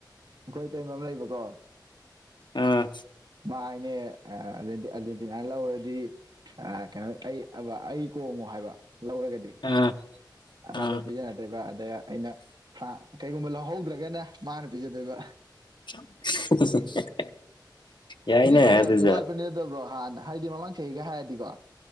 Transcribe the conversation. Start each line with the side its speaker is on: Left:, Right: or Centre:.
Right: ꯑꯩꯈꯣꯏ ꯏꯇꯩꯩꯃ ꯑꯃ ꯂꯩꯕꯀꯣ꯫
Left: ꯑꯥ꯫
Right: ꯃꯥꯥ ꯍꯥꯏꯅꯦ ꯑꯔꯖꯦꯟꯇꯤꯅꯥ ꯂꯧꯔꯗꯤ ꯃꯥ ꯑꯥ ꯀꯩꯅꯣ ꯑꯩ ꯑꯕ ꯑꯩ ꯀꯣꯡꯉꯣ ꯍꯥꯏꯕ ꯂꯧꯔꯒꯗꯤ꯫
Left: ꯑꯥ꯫
Right: ꯑꯆꯥꯄ‌ꯣꯠ
Left: ꯑꯥ
Right: ꯄꯤꯖꯗꯣꯏꯕ ꯑꯗ ꯑꯩꯅ꯫ ꯀꯩꯒꯨꯝꯕ ꯂꯧꯍꯧꯗ꯭ꯔꯒꯅ ꯃꯥꯅ ꯄꯤꯖꯗꯣꯏꯕ꯫
Left: <unintelligible> ꯌꯥꯏꯅꯦ
Right: ꯃꯤ ꯐꯖꯕꯗꯤ
Left: ꯑꯗꯨꯁꯨ
Right: ꯋꯥꯠꯄꯅꯤꯗꯕ꯭ꯔꯣ ꯍꯥꯟꯅ ꯍꯥꯏꯗꯤ ꯃꯃꯥꯡ ꯆꯍꯤꯒ ꯍꯥꯏꯔꯗꯤꯀꯣ꯫